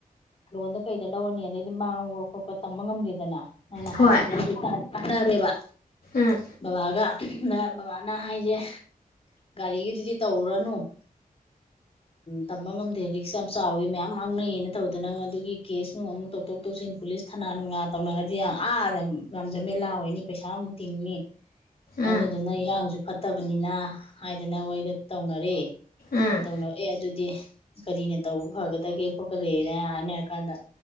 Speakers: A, on the left (about 40°); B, on the left (about 85°).
A: ꯂꯣꯟꯗ ꯀꯩꯗ ꯂꯧꯔꯅꯤ ꯑꯗꯩꯗꯤ ꯃꯥꯡꯕ ꯈꯣꯠꯄ ꯇꯝꯕ ꯉꯝꯗꯦꯗꯅ ꯅꯪꯅ
B: ꯍꯣꯏ
A: ꯍꯥꯏꯕ ꯀꯥꯟꯅꯔꯦꯕ
B: ꯎꯝ
A: ꯕꯕꯥꯒ ꯗ ꯕꯥꯅ ꯍꯥꯏꯁꯦ ꯒꯥꯔꯤꯒꯤ ꯑꯗꯨꯗꯤ ꯇꯧꯔꯅꯨ ꯇꯝꯕ ꯉꯝꯗꯦ ꯔꯤꯛꯁ ꯌꯥꯝ ꯆꯥꯎꯋꯤ ꯃꯌꯥꯝ ꯃꯥꯡꯅꯩꯌꯦꯅ ꯇꯧꯗꯅ ꯑꯗꯨꯒꯤ ꯀꯦꯁ ꯅꯨꯡ ꯑꯃꯨꯛ ꯇꯧꯊꯣꯛ ꯇꯧꯁꯤꯟ ꯄꯨꯂꯤꯁ ꯊꯅꯥ ꯅꯨꯡꯂ ꯇꯧꯅꯔꯗꯤ ꯌꯥꯝ ꯑꯥꯗ ꯌꯥꯝꯖꯃꯦꯂꯥꯑꯣꯅꯤ ꯄꯩꯁꯥ ꯑꯃꯨꯛ ꯇꯤꯡꯉꯅꯤ
B: ꯎꯝ
A: ꯑꯗꯨꯗꯨꯅ ꯏꯔꯥꯡꯁꯨ ꯐꯠꯇꯕꯅꯤꯅ ꯍꯥꯏꯗꯅ ꯑꯩꯣꯏꯗ ꯇꯧꯅꯔꯤ
B: ꯎꯝ
A: ꯇꯧꯅ ꯑꯦ ꯑꯗꯨꯗꯤ ꯀꯔꯤꯅ ꯇꯧ ꯐꯒꯠ ꯈꯒꯦ ꯈꯣꯠꯀꯗꯦꯅ ꯍꯥꯏꯅꯔ ꯀꯥꯟꯗ